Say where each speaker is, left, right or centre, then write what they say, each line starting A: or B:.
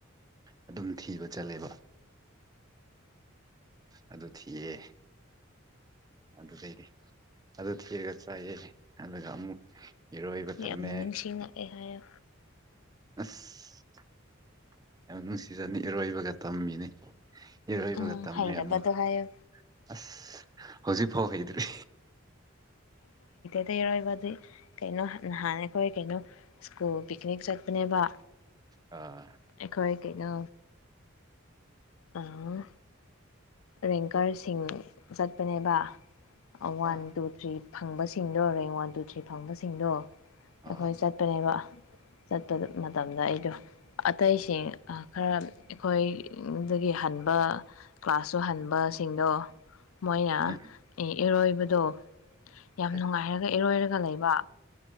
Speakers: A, on the right; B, on the left.
A: ꯑꯗꯨꯝ ꯊꯤꯕ ꯆꯠꯂꯦꯕ ꯑꯗꯨ ꯊꯤꯌꯦ ꯑꯗꯨꯗꯩꯗꯤ ꯑꯗꯨ ꯊꯤꯔꯒ ꯆꯥꯏꯌꯦꯦ ꯑꯗꯨꯒ ꯑꯃꯨꯛ ꯏꯔꯣꯏꯕ ꯇꯝꯃꯦ
B: ꯌꯥꯝꯅ ꯅꯤꯡꯁꯤꯡꯉꯛꯑꯦ ꯍꯥꯏꯌ
A: ꯑꯁ ꯌꯥꯝ ꯅꯨꯡꯁꯤꯖꯅꯤ ꯏꯔꯣꯏꯕꯒ ꯇꯝꯃꯤꯅꯤ ꯏꯔꯣꯏꯕꯒ
B: ꯎꯝ
A: ꯇꯝꯃꯦ
B: ꯍꯩꯔꯕꯗꯣ
A: ꯑꯃꯨꯛ
B: ꯍꯥꯏꯌꯣ
A: ꯑꯁ ꯍꯧꯖꯤꯛꯐꯥꯎ ꯍꯩꯗ꯭ꯔꯤ
B: ꯑꯇꯩꯩꯔꯣꯏꯕꯗꯤ ꯀꯩꯅꯣ ꯅꯍꯥꯟ ꯑꯩꯈꯣꯏ ꯀꯩꯅꯣ ꯁ꯭ꯀꯨꯜ ꯄꯤꯛꯅꯤꯛ ꯆꯠꯄꯅꯦꯕ
A: ꯑ
B: ꯑꯩꯈꯣꯏ ꯀꯩꯅꯣ ꯑꯥ ꯔꯦꯡꯀꯔꯁꯤꯡ ꯆꯠꯄꯅꯦꯕ ꯋꯥꯟ
A: ꯑꯥ
B: ꯇꯨ ꯊ꯭ꯔꯤ ꯐꯪꯕꯁꯤꯡꯗꯣ ꯔꯦꯡ ꯋꯥꯟ ꯇꯨ ꯊ꯭ꯔꯤ ꯐꯪꯕꯁꯤꯡꯗꯣ
A: ꯑꯥ
B: ꯑꯩꯈꯣꯏ ꯆꯠꯄꯅꯦꯕ ꯆꯠꯄ ꯃꯇꯝꯗ ꯑꯩꯗꯣ ꯑꯇꯩꯁꯤꯡ ꯈꯔ ꯑꯩꯈꯣꯏꯒꯤ ꯍꯟꯕ ꯀ꯭ꯂꯥꯁ ꯆꯨꯍꯟꯕꯁꯤꯡꯗꯣ ꯃꯣꯏꯅ
A: ꯎꯝ
B: ꯏꯔꯣꯏꯕꯗꯣ ꯌꯥꯝ
A: ꯍꯣꯏ
B: ꯅꯨꯡꯉꯥꯏꯔꯒ ꯏꯔꯣꯏꯔꯒ ꯂꯩꯕ